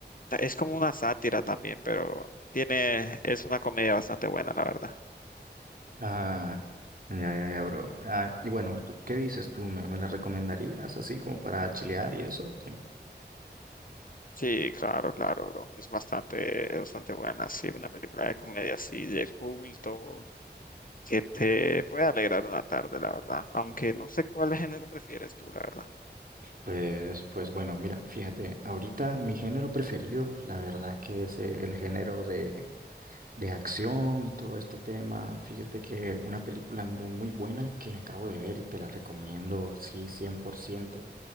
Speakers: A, on the left; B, on the right.
A: es como una sátira también, pero tiene, es una comedia bastante buena, la verdad.
B: Ah, ya, ya, ya, bro. Ah, y bueno, ¿tú, qué dices tú? ¿Me, me la recomendarías así como para chilear y eso?
A: Sí, claro, claro, bro. Es bastante, bastante buena, sí, una película de comedia así de culto que te puede alegrar una tarde, la verdad. Aunque no sé cuál género prefieres tú, la verdad.
B: Pues, pues bueno, mira, fíjate, ahorita mi género preferido, la verdad que es eh, el género de, de acción y todo este tema. Fíjate que una película mu- muy, buena que acabo de ver y te la recomiendo, sí, 100%.